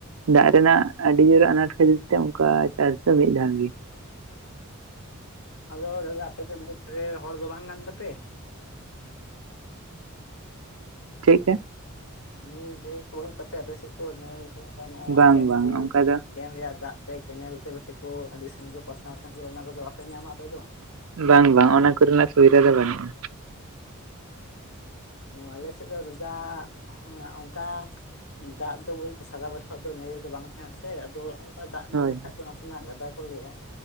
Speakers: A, on the right; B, on the left.
A: ᱫᱟᱜ ᱨᱮᱱᱟᱜ ᱟᱹᱰᱤ ᱡᱳᱨ ᱟᱱᱟᱴ ᱠᱷᱟᱹᱛᱤᱨ ᱛᱮ ᱚᱱᱠᱟ ᱪᱟᱥ ᱫᱚ ᱢᱤᱫ ᱫᱷᱟᱣ ᱜᱮ ᱾
B: ᱟᱫᱚ ᱫᱟᱫᱟ ᱟᱯᱮ ᱫᱚ ᱱᱟᱹᱭ ᱫᱷᱟᱨ ᱦᱚᱲ ᱫᱚ ᱵᱟᱝ ᱠᱟᱱ ᱛᱟᱯᱮ?
A: ᱪᱮᱫ ᱠᱟ?
B: ᱱᱟᱹᱭ ᱱᱟᱹᱭ ᱠᱚ ᱵᱟᱹᱱᱩᱜ ᱛᱟᱯᱮᱭᱟ ᱟᱯᱮ ᱥᱮᱫ ᱫᱚ ᱱᱟᱹᱭ ᱠᱤᱝᱵᱟ ᱱᱚᱜᱼᱚᱭ
A: ᱵᱟᱝ
B: ᱰᱮᱢ
A: ᱵᱟᱝ
B: ᱠᱚ?
A: ᱚᱱᱠᱟ ᱫᱚ
B: ᱰᱮᱢ ᱨᱮᱭᱟᱜ ᱫᱟᱜ ᱛᱮ ᱠᱮᱱᱮᱞ ᱛᱮ ᱠᱚ ᱛᱮ ᱠᱚ ᱟᱹᱰᱤ ᱥᱟᱺᱜᱤᱧ ᱠᱚ ᱯᱟᱥᱱᱟᱣ ᱛᱟᱦᱮᱸ ᱚᱱᱟ ᱠᱚᱫᱚ ᱵᱟᱯᱮ ᱧᱟᱢᱟ ᱟᱯᱮ ᱫᱚ?
A: ᱵᱟᱝ ᱵᱟᱝ ᱚᱱᱟ ᱠᱚᱨᱮᱱᱟᱜ ᱥᱩᱵᱤᱫᱷᱟ ᱫᱚ ᱵᱟᱹᱱᱩᱜᱼᱟ ᱾
B: ᱟᱞᱮ ᱥᱮᱫ ᱫᱚ ᱫᱟᱫᱟ ᱚᱱᱠᱟ ᱫᱟᱜ ᱫᱚ ᱵᱚᱞᱛᱮ ᱥᱟᱨᱟ ᱵᱚᱪᱷᱚᱨ ᱫᱚ ᱱᱟᱹᱭ ᱨᱮ ᱫᱚ ᱵᱟᱝ ᱛᱟᱦᱮᱸᱱᱟ ᱥᱮ, ᱟᱫᱚ ᱚᱝᱠᱟ ᱫᱟᱜ ᱮᱢᱟᱱ
A: ᱦᱳᱭ
B: ᱞᱮᱠᱷᱟᱡ ᱫᱚ ᱥᱮᱱᱟᱜ ᱜᱟᱰᱟ ᱠᱚ ᱞᱟᱹᱭᱟ ᱾